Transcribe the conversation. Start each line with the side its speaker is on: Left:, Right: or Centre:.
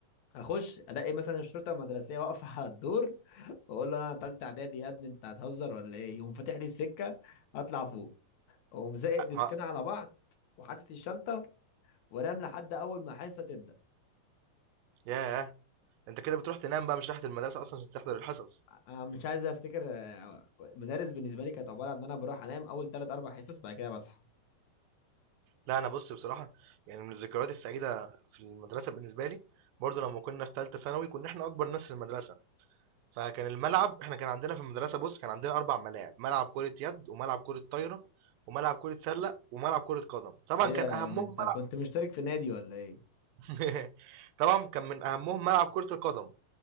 Left: اخش الاقي مثلا الشرطه المدرسيه واقفه على الدور واقول له انا تالتة اعدادي يا ابني انت هتهزر ولا ايه يقوم فاتح لي السكه اطلع فوق اقوم زائق ديسكنا
Right: ما...
Left: على بعض وحاطط الشنطه وانام لحد اول ما حصه تبدا
Right: ياه انت كده بتروح تنام بقى مش رايح المدرسه اصلا عشان تحضر الحصص
Left: أنا مش عايز افتكر آه، مدارس بالنسبه لي كانت عباره عن ان انا بروح انام اول ثلاث اربع حصص بعد كده بصحى
Right: لا انا بص بصراحه يعني من الذكريات السعيده في المدرسه بالنسبه لي برضو لما كنا في ثالثه ثانوي كنا احنا اكبر ناس في المدرسه فكان الملعب احنا كان عندنا في المدرسة بص كان عندنا أربع ملاعب ملعب كرة يد وملعب كرة طايرة وملعب كرة سلة وملعب كرة قدم طبعا
Left: ايه ده
Right: كان أهمهم
Left: ما انت
Right: ملعب
Left: كنت مشترك في نادي ولا ايه
Right: <laughs> طبعا كان من أهمهم ملعب كرة القدم